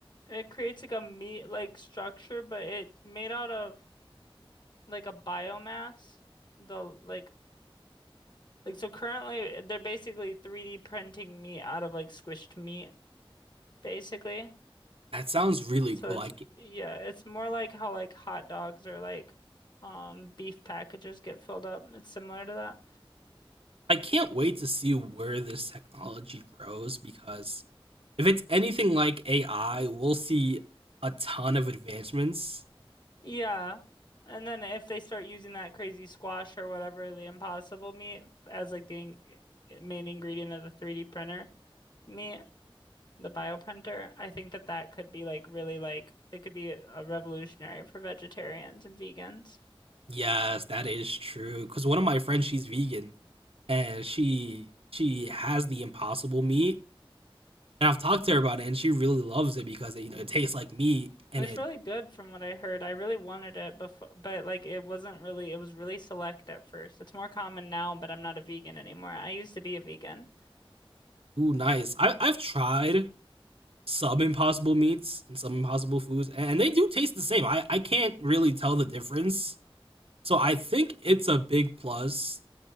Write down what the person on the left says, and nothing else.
it creates like a meat-like structure, but it made out of like a biomass. The like like so currently they're basically 3D printing meat out of like squished meat, basically.
So
it's
yeah, it's more like how like hot dogs or like um beef packages get filled up. It's similar to that.
Yeah. And then if they start using that crazy squash or whatever, the impossible meat as like the in main ingredient of the 3D printer meat the bioprinter. I think that that could be like really like it could be a revolutionary for vegetarians and vegans.
It's
really good from what I heard. I really wanted it before, but like it wasn't really, it was really select at first. It's more common now, but I'm not a vegan anymore. I used to be a vegan.